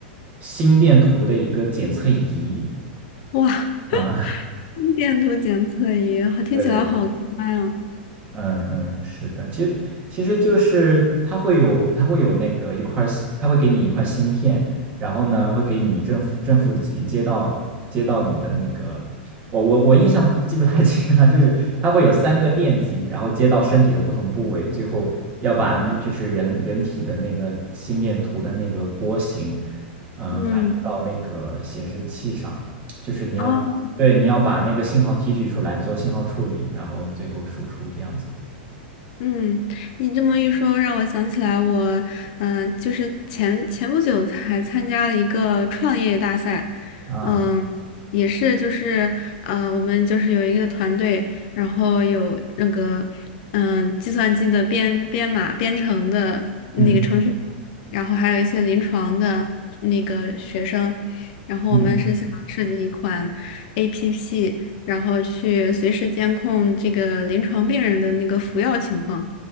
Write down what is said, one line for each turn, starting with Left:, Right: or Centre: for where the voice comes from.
Right: 心电图的一个检测仪
Left: 哇，
Right: 啊，
Left: <laughs> 心电图检测仪，好，听起来好高端啊！
Right: <laughs> 对对。嗯嗯，是的，其实其实就是它会有它会有那个一块儿芯它会给你一块芯片，然后呢会给你正负正负极接到接到你的那个，我我我印象记不太 <laughs> 清了，就是它会有三个电极，然后接到身体的不同部位，最后要把那就是人人体的那个心电图的那个波形，呃，
Left: 嗯，
Right: 反映到那个显示器上，就是你要对，
Left: 哦
Right: 你要把那个信号提取出来做信号处理，然后最后输出这样子。
Left: 嗯，你这么一说，让我想起来我，嗯、就是前前不久才参加了一个创业大赛，
Right: 啊，
Left: 嗯、也是就是，呃，我们就是有一个团队，然后有那个，嗯、计算机的编编码编程的那个程序员然后还有一些临床的那个学生，
Right: 嗯
Left: 然后我们是想设计一款
Right: 嗯，
Left: APP。然后去随时监控这个临床病人的那个服药情况。